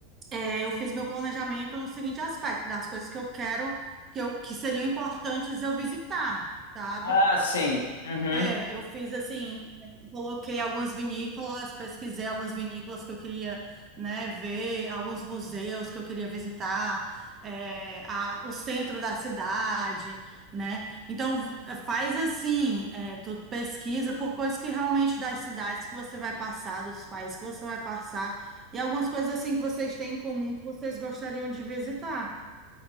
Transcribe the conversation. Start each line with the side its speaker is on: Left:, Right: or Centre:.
Right: é, eu fiz meu planejamento no seguinte aspecto, das coisas que eu quero, que, eu, que seriam importantes eu visitar, sabe?
Left: Ah, sim. Uhum.
Right: É, eu fiz assim, coloquei algumas vinícolas, pesquisei algumas vinícolas que eu queria, né, ver, alguns museus que eu queria visitar, é, a- o centro da cidade, né? Então v- faz assim, é, tu pesquisa por coisas que realmente das cidades que você vai passar, dos países que você vai passar, e algumas coisas assim que vocês têm em comum que vocês gostariam de visitar.